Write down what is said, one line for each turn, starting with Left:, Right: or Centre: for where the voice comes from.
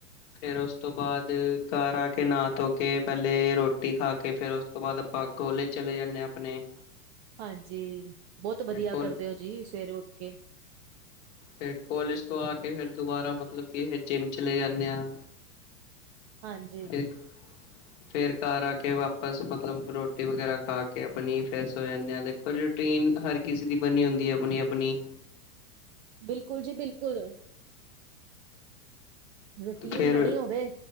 Left: ਫੇਰ ਉਸ ਤੋਂ ਬਾਅਦ ਘਰ ਆ ਕੇ ਨਾ ਧੋ ਕੇ ਪਹਿਲੇ ਰੋਟੀ ਖਾ ਕੇ ਫੇਰ ਉਸ ਤੋਂ ਬਾਦ ਆਪਾਂ ਕੋਲੇਜ ਚਲੇ ਜਾਂਨੇ ਆਂ ਆਪਨੇ
Right: ਹਾਂਜੀ, ਬਹੁਤ ਵਧੀਆ
Left: ਕੋਲ
Right: ਕਰਦੇ ਹੋ ਜੀ ਸਵੇਰੇ ਉੱਠ ਕੇ
Left: ਫਿਰ ਕੋਲੇਜ ਤੋਂ ਆ ਕੇ ਫਿਰ ਦੁਬਾਰਾ ਮਤਲਬ ਕਿ ਇਹ ਜਿੰਮ ਚਲੈ ਜਾਂਨੇ ਆ
Right: ਹਾਂਜੀ
Left: <inaudible> ਫੇਰ ਘਰ ਆ ਕੇ ਵਾਪਸ ਮਤਲਬ ਰੋਟੀ ਵਗੈਰਾ ਖਾ ਕੇ ਆਪਣੀ ਫੇਰ ਸੋ ਜਾਂਨੇ ਆਂ ਦੇਖੋ ਜੀ ਰੁਟੀਨ ਹਰ ਕਿਸੇ ਦੀ ਬਨੀਂ ਹੁੰਦੀ ਹੈ ਅਪਣੀ ਅਪਣੀ
Right: <inaudible> ਬਿਲਕੁਲ ਜੀ ਬਿਲਕੁਲ ਰੂਟੀਨ
Left: ਫੇਰ
Right: ਬਨੀ ਹੋਵੇ